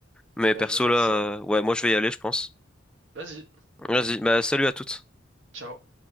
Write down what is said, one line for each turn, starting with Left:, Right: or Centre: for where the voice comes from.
Centre: Mais
Right: Eh ben,
Centre: perso
Right: je vais faire
Centre: là, euh,
Right: ça.
Centre: ouais, moi je vais y aller, je pense.
Right: Vas-y,
Centre: Vas-y, bah salut à toutes.
Right: ciao.